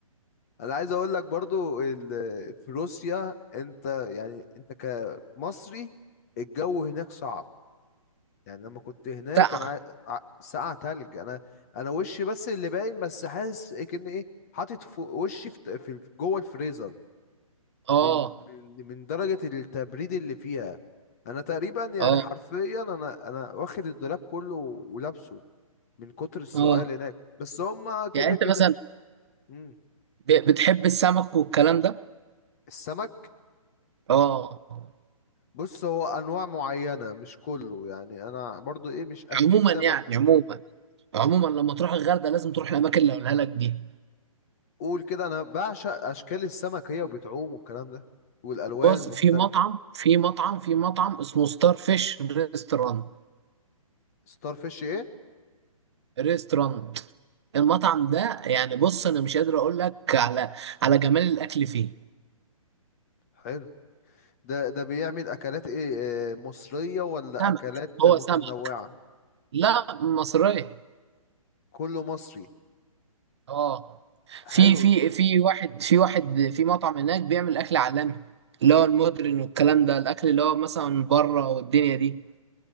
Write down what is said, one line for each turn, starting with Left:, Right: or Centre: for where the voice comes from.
Left: انا عايز اقول لك برضو ال- في روسيا انت يعني انت كمصري الجو هناك صعب يعني لما كنت هناك
Right: سقع
Left: انا ع- ع- ساقعة تلج انا انا وشي بس اللي باين بس حاسس كأن ايه حاطط فوق وشي في في- جوه الفريزر
Right: اه
Left: من من من درجة التبريد اللي فيها انا تقريبا يعني
Right: اه
Left: حرفيا انا انا واخد الدولاب كله ولابسه من كتر السؤال
Right: اه
Left: هناك بس هما كده
Right: يعني انت
Left: كده
Right: مثلا
Left: مم.
Right: ب- بتحب السمك والكلام ده
Left: السمك
Right: اه
Left: بص هو انواع معينة مش كله يعني انا برضو ايه مش اكيل
Right: عموما
Left: سمك
Right: يعني عموما عموما لما تروح الغردقه لازم تروح الاماكن اللي هقولها لك دي
Left: قول كده انا بعشق اشكال السمك هي وبتعوم والكلام ده والالوان
Right: بص
Left: المختلفة
Right: في مطعم في مطعم في مطعم
Left: مم.
Right: اسمه ستار فيش ريستورانت
Left: ستار فيش ايه
Right: ريستورانت المطعم ده يعني بص انا مش قادر اقول لك على على جمال الاكل فيه
Left: حلو ده ده بيعمل اكلات ايه آه، مصرية ولا
Right: سمك
Left: اكلات
Right: هو
Left: متنوعة
Right: سمك لا مصرية
Left: كله مصري
Right: اه في
Left: حلو
Right: في في واحد في واحد في مطعم هناك بيعمل اكل عالمي اللي هو المودرن والكلام ده الاكل اللي هو مثلا بره والدنيا دي